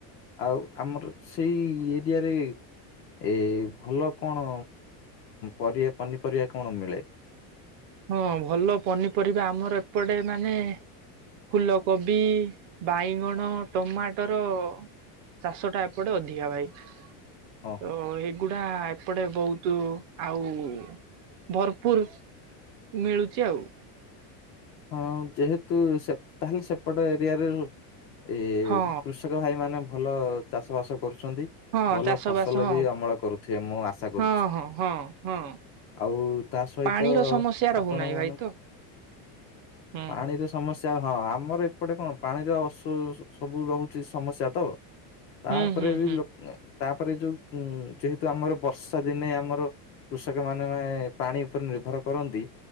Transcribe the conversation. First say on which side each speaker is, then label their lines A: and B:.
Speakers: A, on the left (about 30°); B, on the right (about 45°).
A: ଆଉ ଆମର ସେଇ ଏରିଆରେ ଏ ଭଲ କଣ ପରି ପନିପରିବା କଣ ମିଳେ?
B: ହଁ ଭଲ ପନିପରିବା ଆମର ଏପଟେ ମାନେ ଫୁଲକୋବି, ବାଇଗଣ, ଟମାଟର ଚାଷଟା ଏପଟେ ଅଧିକା ଭାଇ ତ
A: ହଁ
B: ଏଇ ଗୁଡା ଏପଟେ ବୋହୁତୁ ଆଉ ଭରପୁର ମିଳୁଚି ଆଉ।
A: ହଁ ଯେହେତୁ ସେ ତାହେଲେ ସେପଟ ଏରିଆରେ ରୁ ଏ
B: ହଁ
A: କୃଷ୍ ରିଆର ଭାଇମାନେ ଭଲ ଚାଷ ବାସ କରୁଛନ୍ତି।
B: ହଁ
A: ଭଲ
B: ଚାଷ
A: ଫସଲ
B: ବାସ ହଁ
A: ବି ଅମଳ କରୁଥିବେ ମୁଁ ଆଶା କରୁଛି।
B: ହଁ ହଁ ହଁ ହଁ
A: ଆଉ ତା ସହିତ
B: ପାଣିର ସମସ୍ୟା ରହୁନାହିଁ
A: ଆପଣ ମାନଙ୍କୁ
B: ଭାଇ ତ ହୁଁ
A: ପାଣିର ସମସ୍ୟା ହଁ ଆମର ଏପଟେ କଣ ପାଣିର ଅସୁ ସୁ ସବୁ ରହୁଚି ସମସ୍ୟା ତ ତାପରେ
B: ହୁଁ ହୁଁ
A: ବି
B: ହୁଁ
A: ଲୋ ଏ ତାପରେ ଯୋଉ ଉଁ ଯେହେତୁ ଆମର ବର୍ଷା ଦିନେ ଆମର କୃଷକମାନେ ଭାଇ ପାଣି ଉପରେ ନିର୍ଭର କରନ୍ତି